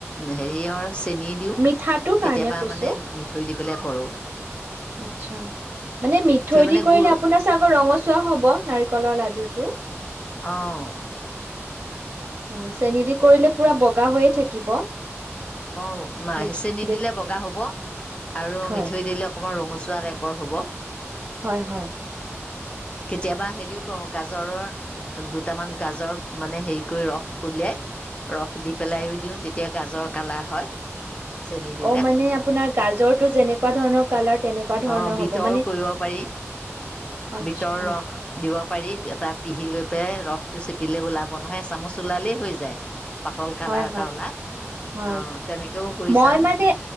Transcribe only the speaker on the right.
মিঠটোৰ কাৰণে
কৈছো
আচছা মানে মিঠৈ
দি কৰিলে
আপোনাৰ চ আকৌ ৰঙচুৱা হব নাৰিকলৰ লাডুটো
অ চেনি দি কৰিলে পুৰা বগা হৈয়ে থাকিব
দেখি
দে
হয়।
হয় হয়
অ মানে আপোনাৰ গাজৰটো যেনে তেকুৱা ধৰণৰ কালাৰ তেনেকুৱা ধৰণৰ
হ'ব মানে
আচ্ছা
হয়
হয়
হয়
মই
মানে